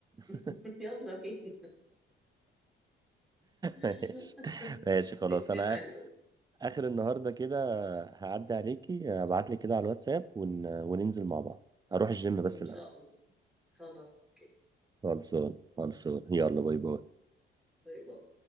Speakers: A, in the centre; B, on the right (about 20°).
A: <laughs>
B: <laughs>
A: يلا بينا <laughs>
B: ماشي ماشي خلاص
A: افيه
B: انا
A: حلو
B: آ-
A: ده.
B: اخر النهارده كده هعدي عليكي ابعت لك كده على الواتساب ون... وننزل مع بعض هروح الجيم بس
A: ان
B: الاول
A: شاء الله خلاص اوكي
B: خلصان خلصان يلا باي باي
A: باي باي